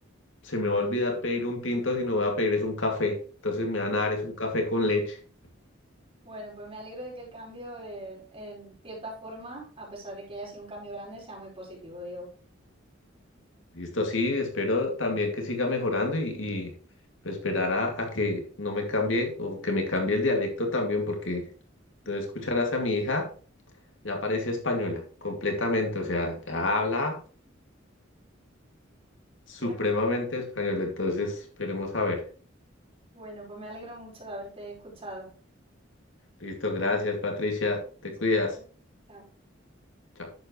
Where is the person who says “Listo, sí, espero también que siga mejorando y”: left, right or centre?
Left